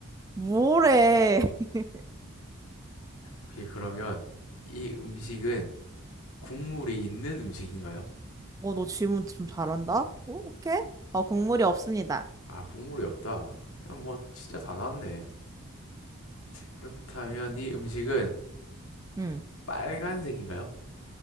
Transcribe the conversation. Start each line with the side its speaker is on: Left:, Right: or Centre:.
Right: 뭐래? <laughs>
Left: 오케이, 그러면, 이 음식은 국물이 있는 음식인가요?
Right: 어, 너 질문 좀 잘한다. 오, 오케이. 어, 국물이 없습니다.
Left: 아, 국물이 없다. 이건 뭐 진짜 다 나왔네. 그렇다면 이 음식은
Right: 응.
Left: 빨간색인가요?